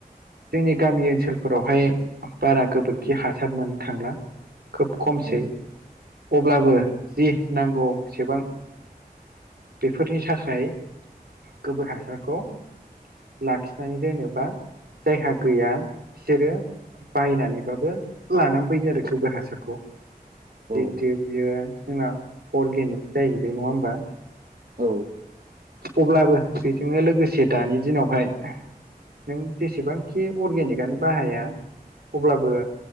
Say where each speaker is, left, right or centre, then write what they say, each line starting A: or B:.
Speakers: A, on the right (about 90°); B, on the right (about 60°).
A: जोंनि गामि ओनसोलफोरावहाय बारा गोबोरखि हासार मोननो थांला। खोब खमसै
B: औ
A: अब्लाबो जि नांगौसेबां बेफोरनि थाखाय गोबोर हासारखौ लाखिनानै दोनोबा जायहा गैया बिसोरो बायनानैबाबो लानानै फैयो आरो गोबोर हासारखौ।
B: औ
A: जितु बियो जोंना अरगेनिक जाहैबाय नङा होमबा?
B: औ
A: अब्लाबो बेजोंनो लोगोसे दानि दिनावहाय नों जेसेबांखि अरगेनिकआनो बाहाया अब्लाबो